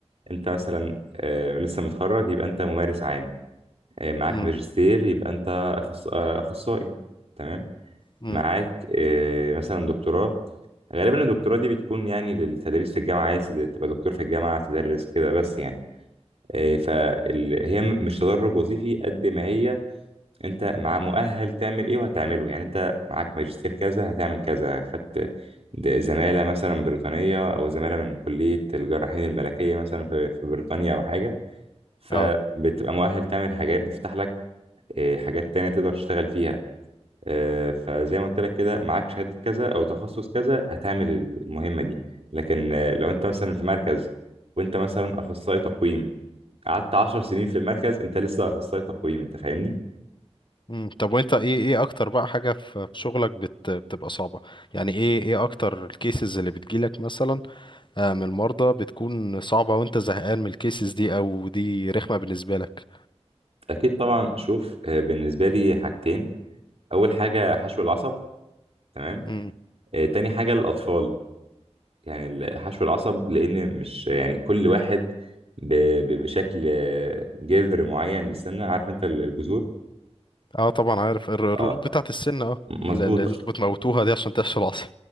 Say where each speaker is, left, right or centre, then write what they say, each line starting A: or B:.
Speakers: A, on the right (about 65°); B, on the left (about 45°).
A: انت مثلا آه، لسه متخرج يبقى انت ممارس عام آه، معاك
B: امم
A: ماجستير يبقى انت أخص... آه، اخصائي تمام
B: امم
A: معاك آه، مثلا دكتوراه غالبا الدكتوراه دي بتكون يعني للتدريس في الجامعه عايز تد- تبقى دكتور في الجامعه تدرس كده بس يعني فهي مش تدرج وظيفي قد ما هي انت مع مؤهل تعمل ايه وهتعمله يعني انت معاك ماجستير كذا هتعمل كذا خدت د- زماله مثلا بريطانيه او زماله من كليه الجراحين الملكيه مثلا في في بريطانيا او حاجه فبتبقى
B: اه
A: مؤهل تعمل حاجات بتفتح لك آه، حاجات تانية تقدر تشتغل فيها آه، فزي ما قلت لك كده معاك شهادة كذا أو تخصص كذا هتعمل المهمة دي لكن آه، لو أنت مثلا في مركز وأنت مثلا أخصائي تقويم قعدت عشر سنين في المركز أنت لسه أخصائي تقويم أنت فاهمني؟
B: امم طب وانت ايه ايه اكتر بقى حاجة في في شغلك بت بتبقى صعبة يعني ايه ايه اكتر الكيسز اللي بتجيلك مثلا آه، من المرضى بتكون صعبة وانت زهقان من الكيسز دي او دي رخمة بالنسبة لك
A: أكيد طبعا شوف آه، بالنسبة لي حاجتين أول حاجة حشو العصب تمام
B: امم
A: آه، تاني حاجة الأطفال يعني الحشو العصب لان مش يعني كل واحد ب... ب... بشكل جذر معين للسنه عارف انت الجذور
B: اه طبعا عارف الر- الروت
A: اه
B: بتاعت السن اه
A: مظبوط
B: اللي اللي انتوا بتموتوها دي عشان تحشي العصب